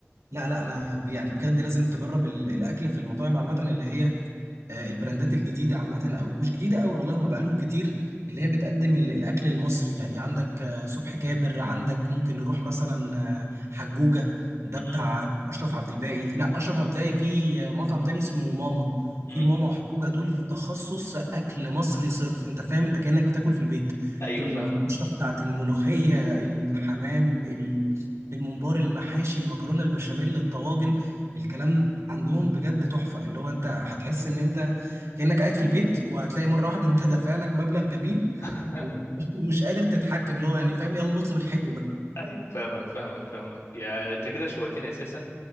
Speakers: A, on the right; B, on the left.
A: لا لا انا ب- يعني بجد لازم تجرب ال- الاكل في المطاعم عامه اللي هي آه، البراندات الجديده عامه او مش جديده قوي والله ما بقالهم كتير اللي هي بتقدم ال- الاكل المصري يعني عندك آه، صبحي كابر عندك ممكن نروح مثلا آه، حجوجه ده
B: مم،
A: بتاع اشرف عبد الباقي لا اشرف عبد الباقي في آه، مطعم تاني اسمه ماما في
B: مم، مم.
A: ماما وحجوجه دول تخصص اكل مصري صرف انت فاهم انت كانك بتاكل في البيت
B: ايوه
A: القشره
B: فاهمك
A: بتاعت الملوخيه الحمام ال- الممبار المحاشي المكرونه البشاميل الطواجن الكلام عندهم بجد تحفة اللي هو انت هتحس ان انت كأنك قاعد في البيت وهتلاقي مرة واحدة انت <laughs> دافع لك مبلغ جميل
B: <laughs>
A: و- <laughs> ومش قادر تتحكم اللي هو يعني فاهم يلا نطلب الحلو بقى
B: ايوه فاهمك فاهمك فاهمك يا انت كده شويتني اساسا